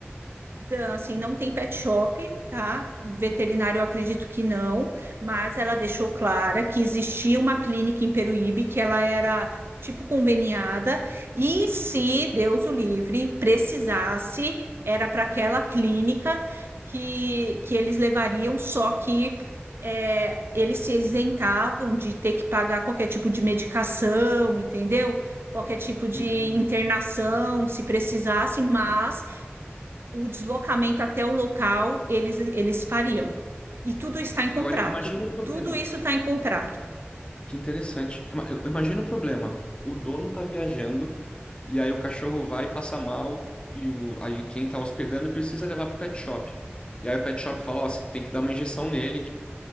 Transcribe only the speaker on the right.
Então, assim, não tem pet shop, tá? Veterinário, eu acredito que não, mas ela deixou clara que existia uma clínica em Peruíbe que ela era tipo conveniada e se Deus o livre precisasse, era para aquela clínica que, que eles levariam, só que é, eles se isentavam de ter que pagar qualquer tipo de medicação, entendeu? Qualquer tipo de
internação, se precisasse, mas o deslocamento até o local eles, eles fariam. E tudo está em contrato.
Tudo isso está em contrato.